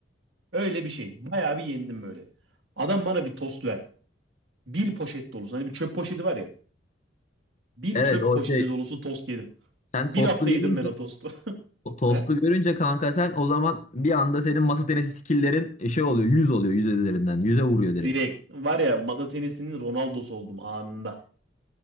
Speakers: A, on the right; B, on the left.
A: Öyle bir şey. Bayağı bir yendim böyle. Adam bana bir tost verdi. Bir poşet dolusu. Hani bir çöp poşeti var ya. Bir
B: Evet
A: çöp
B: o
A: poşeti
B: şey
A: dolusu tost yedim.
B: Sen
A: Bir
B: tostu
A: hafta yedim
B: görünce
A: ben o tostu. <laughs>
B: o tostu
A: He?
B: görünce kanka sen o zaman bir anda senin masa tenisi skill'lerin şey oluyor 100 oluyor 100 üzerinden yüze vuruyor direkt.
A: Direkt. Var ya masa tenisinin Ronaldo'su oldum anında.